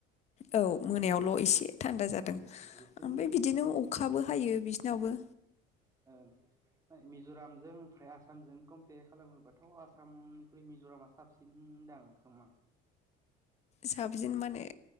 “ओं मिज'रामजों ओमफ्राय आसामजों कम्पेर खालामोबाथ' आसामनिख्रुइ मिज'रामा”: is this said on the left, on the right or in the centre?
Right